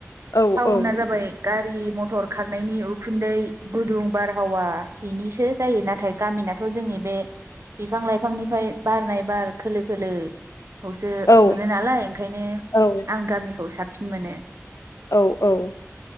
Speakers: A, on the left (about 80°); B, on the right (about 65°).
A: औ
B: टाउना
A: औ
B: जाबाय गारि मथर खारनायनि उखुन्दै गुदुं बारहावा बिनिसो जायो नाथाय गामिनाथ' जोंनि बे बिफां लाइफांनिफ्राय बारनाय बार खोलो खोलो खौसो
A: औ
B: मोनो नालाय ओंखायनो
A: औ
B: आं गामिखौ साब सिन मोनो।
A: औ औ